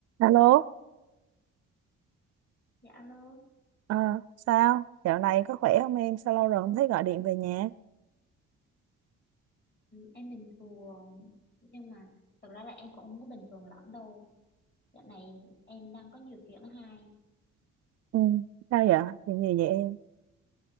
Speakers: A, on the right; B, on the left.
A: Alo,
B: Dạ luôn
A: Ờ, sao? Dạo này có khỏe không em? Sao lâu rồi không thấy gọi điện về nhà?
B: em bình thường nhưng mà thực ra là em cũng không có bình thường lắm đâu dạo này em đang có nhiều chuyện hay
A: Ừ, sao vậy? Chuyện gì vậy em?